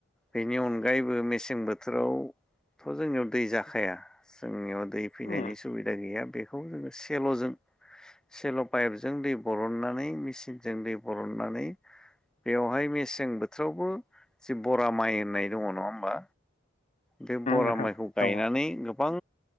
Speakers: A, in the centre; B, on the left.
A: बेनि अनगायैबो मेसें बोथोरावथ' जोंनियाव दै जाखाया। जोंनियाव दै फैनायनि
B: उम
A: सुबिदा गैया बेखौ जोङो सेल'जों सेल' पाइपजों दै बरननानै मेचिनजों दै बरननानै बेवहाय मेसें बोथोरावबो जि बरा माइ होननाय दङ नङा होमबा। बे बरा
B: नोंथां
A: माइखौ गायनानै
B: दङ
A: गोबां